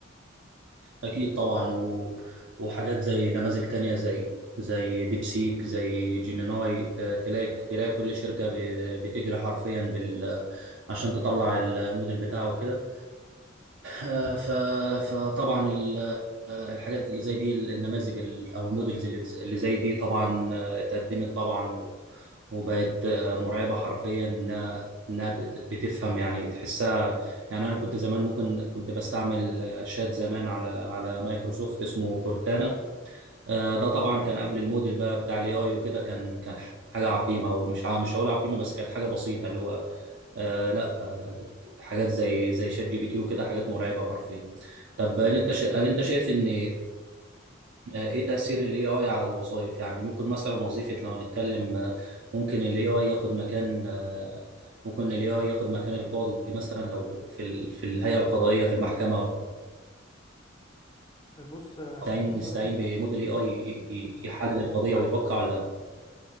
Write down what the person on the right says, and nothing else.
اكيد طبعا و... وحاجات زي نماذج تانية زي زي ديبسيك زي جيميناي ت- تلاقي تلاقي كل شركة ب- بتجري حرفيا بال عشان تطلع الموديل بتاعه وكده آه، ف- فطبعا ال- آه، الحاجات اللي زي دي النماذج ال- او المودلز اللي اللي زي دي طبعا آه، اتقدمت طبعا و- وبقت آه، مرعبه حرفيا انها انها بت- بتفهم يعني تحسها يعني انا كنت زمان ممكن كنت بستعمل آه، شات زمان على على مايكروسوفت اسمه كورتانا آه، ده طبعا كان قبل الموديل بقى بتاع الاي اي وكده كان كان حاجه عقيمه ومش ع- مش هقول عقيمه بس كانت حاجه بسيطه اللي هو آه لا آه حاجات زي زي شات جي بي تي وكده حاجات مرعبه حرفيا طب هل انت شا... هل انت شايف ان آه، ايه تأثير الاي اي على الوظائف يعني ممكن مثلا وظيفة لو هنتكلم آه، ممكن الاي اي ياخد مكان آه، ممكن الاي اي ياخد مكان القاضي مثلا لو في ال... في الهيئة القضائية في المحكمة
نستعين
نستعين
بموديل اي اي يحلل القضية ويتوقع ولا